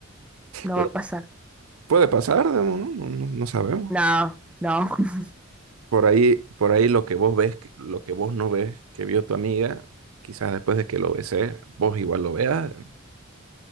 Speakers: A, in the centre; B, on the right.
A: No
B: Pero
A: va a pasar.
B: puede pasar, Demo, ¿no? No, no- no sabemos.
A: No, no. <laughs>
B: Por ahí, por ahí lo que vos ves, que- lo que vos no ves, que vio tu amiga, quizás después de que lo besé, vos igual lo veas.